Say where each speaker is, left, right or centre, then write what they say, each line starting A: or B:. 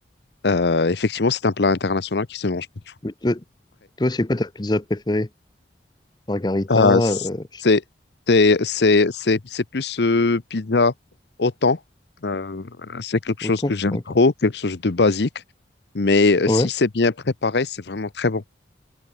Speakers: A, on the left; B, on the left.
A: Euh, effectivement, c'est un plat international qui se mange partout.
B: Mais toi, toi, c'est quoi ta pizza préférée? Margarita,
A: Euh,
B: euh,
A: c'est c'est c'est c'est c'est plus euh, pizza au thon. Euh, voilà, c'est quelque
B: au
A: chose
B: thon?
A: que j'aime
B: hein, ok.
A: trop, quelque chose de basique. Mais euh,
B: Ouais,
A: si c'est bien préparé, c'est vraiment très bon.